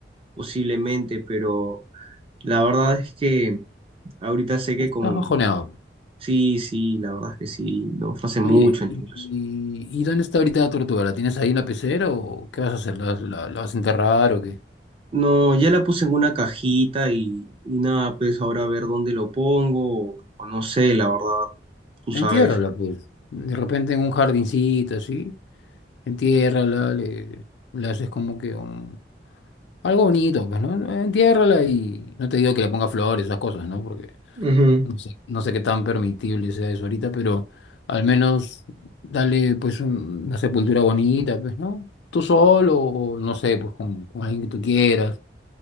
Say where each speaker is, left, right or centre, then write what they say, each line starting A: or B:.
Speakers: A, on the right; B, on the left.
A: posiblemente, pero la verdad es que ahorita sé que
B: Estás
A: con...
B: bajoneado.
A: Sí, sí, la verdad es que sí, no fue hace mucho
B: Oye,
A: entonces.
B: ¿y, y- y dónde está ahorita la tortuga? ¿La tienes ahí en la pecera o qué vas a hacer? ¿La, la- la vas a enterrar o qué?
A: No, ya la puse en una cajita y, y nada, pues ahora a ver dónde lo pongo, o, no sé, la verdad, tú
B: Entiérrala,
A: sabes.
B: pues. De repente en un jardincito así. Entiérrala, le, le haces como que un, algo bonito, pues, ¿no? Entiérrala y no te digo que le ponga flores, esas cosas, ¿no? Porque
A: Ujú.
B: no sé, no sé qué tan permitible sea eso ahorita, pero al menos dale, pues, un- una sepultura bonita, pues, ¿no? Tú solo o no sé, pues, con, con alguien que tú quieras,